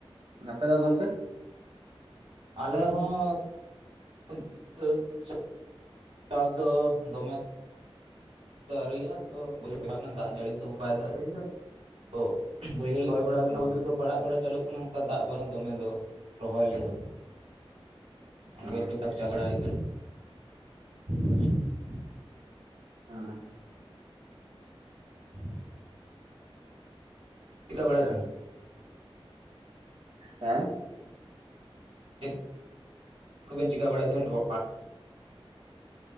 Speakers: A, on the right (about 70°); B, on the right (about 80°).
A: ᱢᱟᱱᱮ ᱟᱯᱮ ᱫᱚ ᱜᱚᱝᱠᱮ?
B: ᱟᱞᱮ ᱦᱚᱸᱻ <inaudible> ᱪᱟᱥ ᱫᱚ ᱫᱚᱢᱮ ᱟᱹᱣᱨᱤᱭ-ᱟ ᱛᱚ <unintelligible> ᱫᱟᱜ ᱡᱟᱹᱲᱤ ᱛᱚ ᱚᱱᱠᱟᱭ ᱫᱟᱜ ᱡᱟᱹᱲᱤᱭ ᱫᱟᱭ ᱛᱚ᱾ ᱵᱟᱹᱭᱦᱟᱹᱲ ᱦᱚᱭ ᱵᱟᱲᱟ ᱟᱠᱟᱱᱟ
A: ᱚ
B: ᱵᱟᱹᱫᱽ ᱨᱮᱫᱚ ᱯᱟᱲᱟᱜ ᱵᱟᱲᱟ ᱵᱟᱲᱟ ᱪᱟᱞᱩᱜ ᱠᱷᱚᱱᱟᱜ ᱚᱱᱠᱟ ᱫᱟᱜ ᱵᱟᱹᱱᱩᱜ ᱫᱚᱢᱮ ᱫᱚ, ᱨᱚᱦᱚᱭ ᱞᱮᱭᱟ ᱫᱚ᱾ ᱚᱸᱰᱮ
A: ᱚ
B: ᱜᱮ ᱴᱩᱠ-ᱴᱟᱠ ᱪᱟᱥ ᱵᱟᱲᱟ ᱦᱩᱭᱩᱜ ᱠᱟᱱᱟ᱾ <inaudible>
A: ᱦᱮᱸ
B: <inaudible> ᱪᱤᱠᱟᱹ
A: ᱟᱪᱪᱷᱟ,
B: ᱵᱟᱲᱟᱭ ᱛᱟᱦᱮᱱ
A: ᱦᱮᱸ?
B: ᱪᱮᱫ ᱠᱚᱵᱮᱱ ᱪᱤᱠᱟ ᱵᱟᱲᱟᱭ ᱛᱟᱸᱦᱮᱱ <unintelligible>